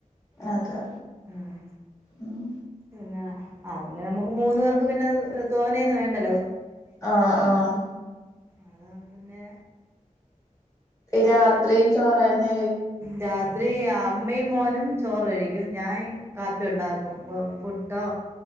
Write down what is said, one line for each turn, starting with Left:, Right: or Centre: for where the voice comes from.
Left: അതെ
Right: ആഹ്
Left: ഉം
Right: പിന്നെ ആഹ് പിന്നെ നമുക്ക് മൂന്നു പേർക്ക് പിന്നെ തോന്നേന്ന് വേണ്ടല്ലോ
Left: ആഹ് ആഹ്
Right: അതോണ്ട് പിന്നെ
Left: രാത്രിയും ചോറ് തന്നെ
Right: രാത്രി അമ്മയും മോനും ചോറ് കഴിക്കും ഞാൻ കാപ്പി ഉണ്ടാക്കും പുട്ടോ